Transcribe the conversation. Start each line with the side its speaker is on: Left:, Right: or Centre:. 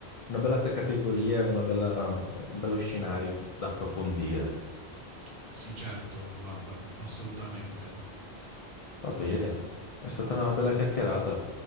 Left: una bella te- categoria, una bella- un bello scenario da approfondire.
Right: Sì, certo, guarda, assolutamente.
Left: Va bene, è stata una bella chiacchierata.